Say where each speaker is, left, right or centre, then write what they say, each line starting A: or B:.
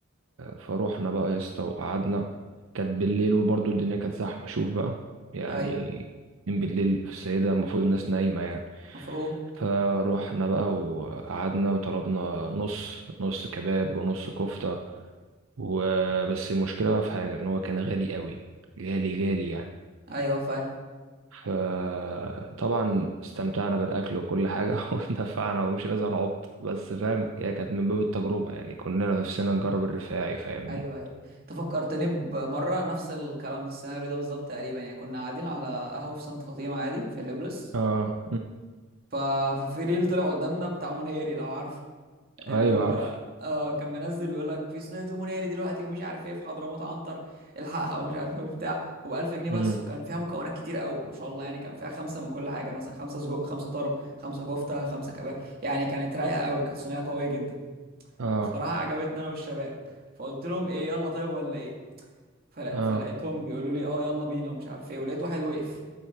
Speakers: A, on the right; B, on the right.
A: فروحنا بقى يا اسطى وقعدنا كانت بالليل وبرضه الدنيا كانت زحمة شوف بقى يعني
B: ايوه
A: اتنين بالليل في السيدة المفروض الناس نايمة يعني
B: مفروض
A: فروحنا بقى وقعدنا وطلبنا نص نص كباب ونص كفتة وبس المشكلة بقى في حاجة إن هو كان غالي قوي غالي غالي يعني
B: ايوه فاهم
A: فطبعا استمتعنا بالأكل وكل حاجة <laughs> ودفعنا ومشينا زي العبط بس فاهم هي كانت من باب التجربة يعني كنا نفسنا نجرب الرفاعي فاهمني
B: ايوه ايوه انت فكرتني بمره نفس الكلام ده السيناريو ده بالظبط تقريبا يعني كنا قاعدين على قهوه في سانت فاطمه عادي في اليوبلس
A: اه
B: ف... ففي ريل طلع قدامنا بتاع منيري لو عارفه اللي
A: ايوه
B: هو
A: عارف
B: اه كان منزل بيقول لك في صينيه مناري دلوقتي ومش عارف ايه في حضرموت عنتر الحقها ومش عارف ايه وبتاع وب 1000 جنيه
A: امم
B: بس وكان فيها مكونات كتير قوي ما شاء الله يعني كان فيها خمسه من كل حاجه مثلا خمسه سجق خمسه طرب خمسه كفته خمسه كباب يعني كانت رايقه قوي كانت صينيه قويه جدا
A: اه
B: وبصراحه عجبتني انا والشباب فقلت لهم ايه يلا طيب ولا ايه فلا
A: اه
B: فلقيتهم بيقولوا لي اه يلا بينا ومش عارف ايه ولقيت واحد وقف